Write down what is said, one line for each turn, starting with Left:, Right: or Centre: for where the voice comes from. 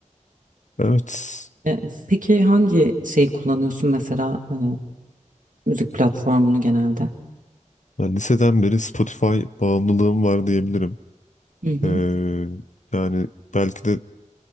Left: Evet.
Right: E, Peki hangi şeyi kullanıyorsun mesela e, müzik platformunu genelde?
Left: Ben liseden beri Spotify bağımlılığım var diyebilirim.
Right: Hı hı.
Left: Eee, yani belki de